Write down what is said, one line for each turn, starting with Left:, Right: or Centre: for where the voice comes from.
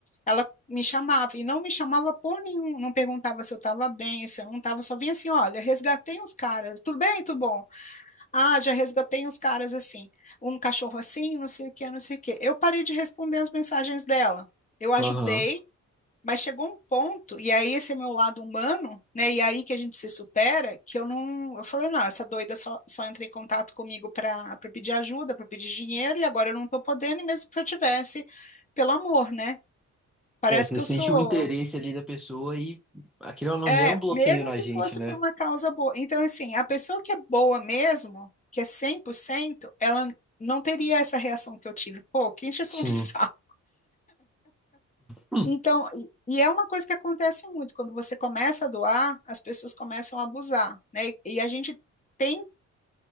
Left: ela me chamava e não me chamava por nenhum, não perguntava se eu estava bem, se eu não estava, só vinha assim, olha, resgatei uns caras, tudo bem, tudo bom? Ah, já resgatei uns caras assim, um cachorro assim, não sei o que, não sei o que. Eu parei de responder as mensagens dela. Eu ajudei,
Centre: Aham.
Left: mas chegou um ponto, e aí esse é meu lado humano, né? E aí que a gente se supera, que eu não, eu falei, não, essa doida só, só entra em contato comigo para para pedir ajuda, para pedir dinheiro, e agora eu não estou podendo, e mesmo que se eu tivesse, pelo amor, né? Parece
Centre: É, você
Left: que
Centre: sente
Left: eu sou,
Centre: o interesse ali da pessoa e aquilo não
Left: é,
Centre: gera um bloqueio
Left: mesmo
Centre: na
Left: que
Centre: gente,
Left: fosse
Centre: né?
Left: por uma causa boa. Então, assim, a pessoa que é boa mesmo, que é 100%, ela não teria essa reação que eu tive. Pô, que encheção
Centre: Sim.
Left: de <laughs> saco.
Centre: Hum,
Left: Então, e e é uma coisa que acontece muito, quando você começa a doar, as pessoas começam a abusar, né? E, e a gente tem,